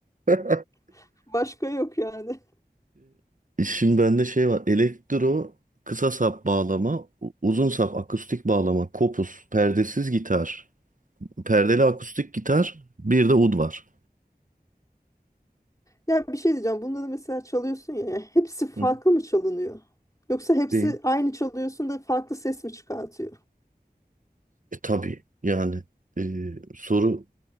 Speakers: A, on the right (about 50°); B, on the left (about 20°).
A: <laughs>
B: <laughs> Başka yok yani.
A: E, şimdi bende şey var. Elektro, kısa sap bağlama, u- uzun sap akustik bağlama, kopuz, perdesiz gitar, perdeli akustik gitar, bir de ud var.
B: Ya bir şey diyeceğim. Bunları mesela çalıyorsun ya. ya Hepsi farklı
A: Hı.
B: mı çalınıyor? Yoksa hepsi
A: Değil.
B: aynı çalıyorsun da farklı ses mi çıkartıyor?
A: E, tabii yani e, soru